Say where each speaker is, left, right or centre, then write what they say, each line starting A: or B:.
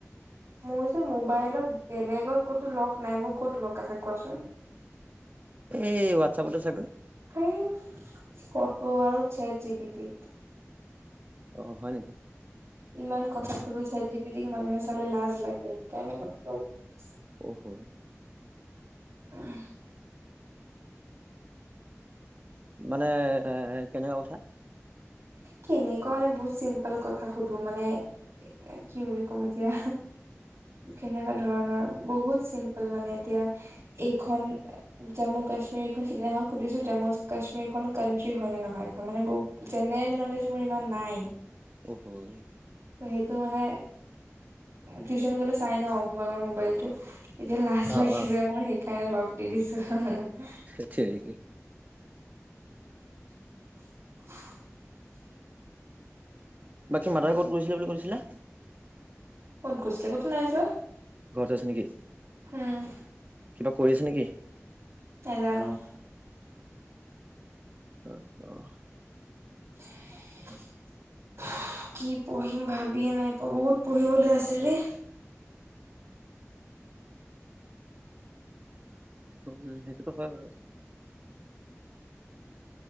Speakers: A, on the right; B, on the right.
A: মোৰ যে মোবাইলত বেলেগত ক'তো লক নাই। মোৰ ক'ত লক আছে কোৱাচোন?
B: এই হোৱাটছাপতে চাগৈ?
A: সেই কত আৰু ছেট জী পি টি।
B: অ হয় নেকি?
A: ইমান কথা সুধো চেট যি পি টিক মানুহে চালে লাজ লাগে। সেইকাৰণে <unintelligible>
B: অহ।
A: আহ।
B: মানে এ কেনেকুৱা কথা?
A: কেনেকুৱা মানে বহুত চিম্পল কথা সুধো মানে কি বুলি ক'ম এতিয়া! কেনেকা ধৰণৰ বহুত চিম্পল মানে এতিয়া, এইখন জম্মু কাশ্ম কাশ্মীৰ সিদিনাখন সুধিছো জম্মু কাশ্মীৰ খন কানট্ৰি হয় নে নহয় এখন মানে ব জেনেৰেল নলেজ মোৰ ইমান নাই।
B: অ হয়।
A: ত সেইটো মানে টিউশচন গলে চাই ন কোনোবা কোনোবা মোবাইলতটো তেতিয়া লাজ লাগিছে
B: অ অ
A: মোৰ সেইকাৰণে লগ দি দিছো <unintelligible>
B: ঠেততেৰিকি।
A: <unintelligible>
B: বাকী মাতাই ক'ত গৈছিলে বুলি কৈছিলা?
A: ক'ত গৈছিলে ক'তো নাই যোৱা।
B: ঘৰতে আছে নেকি?
A: হম।
B: কিবা কৰি আছে নেকি?
A: নেজানো।
B: আহ অ।
A: <unintelligible> কি পঢ়িম ভাবিয়ে নাই পোৱা বহুত পঢ়িবলৈ আছে ৰে।
B: <unintelligible> সেইটোতো হয় বাৰু।